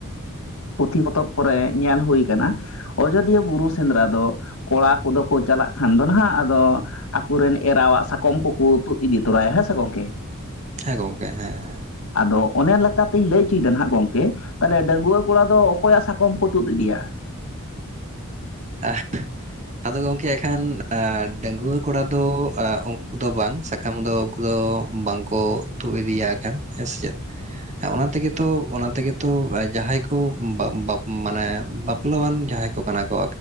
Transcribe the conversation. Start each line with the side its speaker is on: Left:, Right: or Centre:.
Left: ᱯᱩᱛᱷᱤ ᱯᱚᱛᱚᱵ ᱠᱚᱨᱮ ᱧᱮᱞ ᱦᱩᱭ ᱠᱟᱱᱟ ᱟᱡᱚᱫᱤᱭᱟᱹ ᱵᱩᱨᱩ ᱥᱮᱸᱫᱽᱨᱟ ᱫᱚ ᱠᱚᱲᱟ ᱠᱚᱫᱚ ᱠᱚ ᱪᱟᱞᱟᱜ ᱠᱷᱟᱱ ᱫᱚ ᱱᱟᱦᱟᱜ ᱟᱫᱚ ᱟᱠᱚᱨᱮᱱ ᱮᱨᱟᱣᱟᱜ ᱥᱟᱠᱚᱢ ᱠᱚᱠᱚ ᱛᱩᱫ ᱤᱫᱤ ᱛᱚᱨᱟᱭᱟ ᱦᱮᱸ ᱥᱮ ᱜᱚᱝᱠᱮ
Right: ᱦᱮᱸ ᱜᱚᱝᱠᱮ ᱦᱮᱸ ᱦᱮᱸ
Left: ᱟᱫᱚ ᱚᱱᱟ ᱞᱮᱠᱟᱛᱤᱧ ᱞᱟᱹᱭ ᱦᱚᱪᱚᱭᱮᱫᱟ ᱱᱟᱦᱟᱜ ᱜᱚᱝᱠᱮ ᱛᱟᱞᱦᱮ ᱰᱟᱺᱜᱽᱣᱟᱹ ᱠᱚᱲᱟ ᱫᱚ ᱚᱠᱚᱭᱟᱜ ᱥᱟᱠᱚᱢ ᱠᱚ ᱛᱩᱫ ᱤᱫᱤᱭᱟ
Right: <unintelligible> ᱟᱫᱚ ᱜᱚᱝᱠᱮ ᱮᱠᱷᱟᱱ ᱰᱟᱺᱜᱩᱣᱟᱹ ᱠᱚᱲᱟ ᱫᱚ ᱩᱱᱠᱩ ᱫᱚ ᱵᱟᱝ ᱥᱟᱠᱟᱢ ᱫᱚ ᱩᱱᱠᱩ ᱫᱚ ᱵᱟᱝᱠᱚ ᱛᱩᱫ ᱤᱫᱤᱭᱟ ᱟᱠᱟᱱ ᱦᱮᱸ ᱥᱮ ᱪᱮᱫ ᱦᱮᱸ ᱚᱱᱟ ᱛᱮᱜᱮᱛᱚ ᱚᱱᱟ ᱛᱮᱜᱮᱛᱚ ᱡᱟᱦᱟᱸᱭ ᱠᱚ ᱵᱟᱯ ᱵᱟᱯ ᱢᱟᱱᱮ <unintelligible> ᱡᱟᱦᱟᱸᱭ ᱠᱚ ᱠᱟᱱᱟ ᱠᱚ